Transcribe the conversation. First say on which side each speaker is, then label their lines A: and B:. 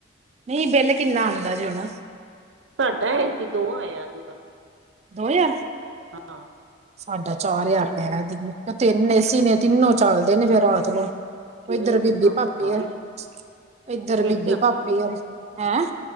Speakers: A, on the right; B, on the right.
A: ਨਹੀਂ, ਬਿੱਲ ਕਿੰਨਾ ਆਉਂਦਾ ਜੇ ਹੁਣ?
B: ਸਾਡਾ ਐਤਕੀਂ ਦੋ ਆਇਆ ਸੀ ਖਰੇ।
A: ਦੋ ਹਜ਼ਾਰ?
B: ਹਾਂ।
A: ਸਾਡਾ ਚਾਰ ਹਜ਼ਾਰੁ ਰੁਪਏ, ਤਿੰਨ ਏਸੀ ਨੇ, ਤਿੰਨੋ ਚੱਲਦੇ ਨੇ, ਫਿਰ ਰਾਤ ਨੂੰ।
B: ਫੇਰ
A: ਇਧਰ
B: ਇੰਨਾ
A: ਬੀਬੀ
B: ਚਾਹਦਾ
A: ਪਾਪੇ
B: ਆਈ
A: ਆਰ, ਏਧਰ
B: ਫਿਰ
A: ਬੀਬੀ ਪਾਪੇ ਅਰ, ਹੈਂ।